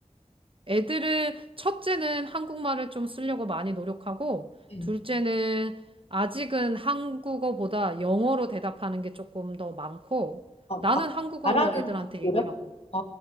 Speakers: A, on the right; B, on the left.
A: 애들은 첫째는 한국말을 좀 쓰려고 많이 노력하고
B: 응.
A: 둘째는 아직은 한국어보다 영어로 대답하는 게 조금 더 많고
B: 아,
A: 나는
B: 아,
A: 한국어로
B: 아라는
A: 애들한테
B: 듣고요?
A: 얘기하고
B: 아,